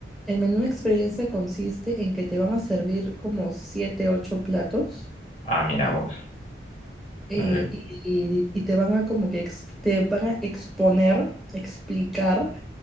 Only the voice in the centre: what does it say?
El menú experiencia consiste en que te van a servir como siete, ocho platos
eh,
eh,
y, y- y te van a como que ex- te van a exponer, explicar